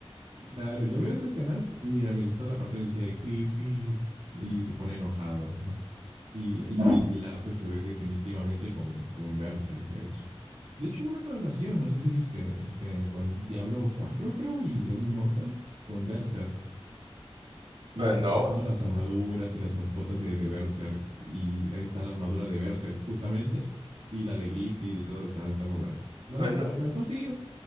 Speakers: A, on the right; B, on the right.
A: Claro, yo veo esas escenas. Mira, me gusta la parte donde dice Griffith y se pone enojado, ¿no? Y, y- y el arte se ve definitivamente como, como un Berserk, de hecho. De hecho, hubo una colaboración, no sé si viste, este, con Diablo 4 creo, y Diablo Immortal con Berserk. Y
B: Pues
A: están
B: no,
A: sacando las armaduras y las mascotas de, de Berserk. Y ahí está la armadura de Berserk, justamente. Y la de Griffith y todo. Está, está muy buena. No,
B: pues
A: le, no,
B: no,
A: no he conseguido.